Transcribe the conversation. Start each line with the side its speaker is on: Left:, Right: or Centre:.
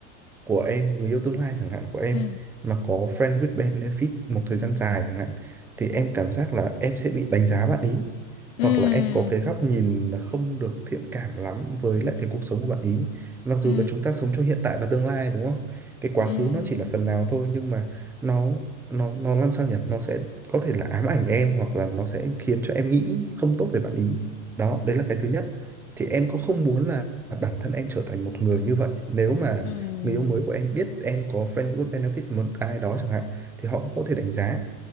Centre: của em, người yêu tương lai chẳng hạn của em,
Left: ừ
Centre: mà có friend with benefit một thời gian dài chẳng hạn, thì em cảm giác là em sẽ bị đánh giá bạn ý.
Left: ừ
Centre: Hoặc là em có cái góc nhìn không được thiện cảm lắm với lại cái cuộc sống của bạn ý. Mặc dù
Left: ừ
Centre: là chúng ta sống cho hiện tại và tương lai đúng không? Cái
Left: ừ
Centre: quá khứ nó chỉ là phần nào thôi nhưng mà nó nó nó làm sao nhỉ nó sẽ có thể là ám ảnh em hoặc là nó sẽ khiến cho em nghĩ không tốt về bạn ý đó đấy là cái thứ nhất thì em có không muốn là bản thân em trở thành một người như vậy nếu mà
Left: ừ ừ
Centre: người yêu mới của em biết em có friend with benefit một ai đó chẳng hạn thì họ cũng có thể đánh giá